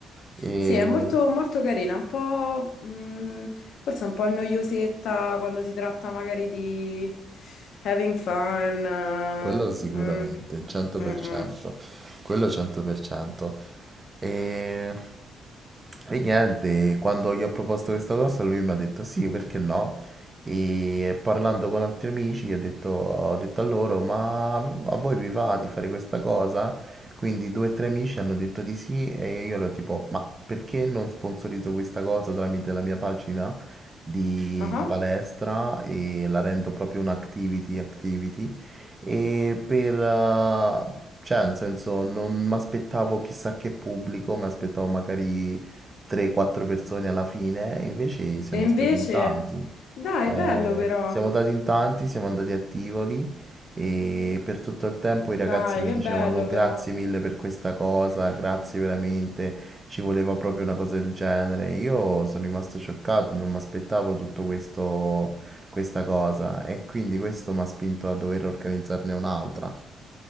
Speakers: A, on the right; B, on the left.
A: E...
B: Sì, è molto, molto carina, un po', mh, forse un po' noiosetta quando si tratta magari di having fun. eh,
A: Quello sicuramente,
B: mm,
A: 100%,
B: mm, mm.
A: quello 100%. E... e niente, quando gli ho proposto questa cosa lui mi ha detto sì, perché no? E parlando con altri amici gli ho detto, ho detto a loro, ma a voi vi va di fare questa cosa? Quindi due o tre amici hanno detto di sì e io ero tipo, ma perché non sponsorizzo questa cosa tramite la mia pagina di,
B: Ah.
A: di palestra e la rendo proprio un activity activity? e per... eh, cioè, nel senso, non mi aspettavo chissà che pubblico, mi aspettavo magari 3-4 persone alla fine, e invece siamo
B: E invece,
A: stati in tanti.
B: dai,
A: Eh,
B: bello però,
A: siamo andati in tanti, siamo andati a Tivoli e per tutto il tempo i
B: dai,
A: ragazzi mi
B: che
A: dicevano
B: bello
A: "No, grazie
B: però.
A: mille per questa cosa, grazie veramente, ci voleva proprio una cosa del genere. Io sono rimasto scioccato, non mi aspettavo tutto questo, questa cosa e quindi questo mi ha spinto a dover organizzarne un'altra.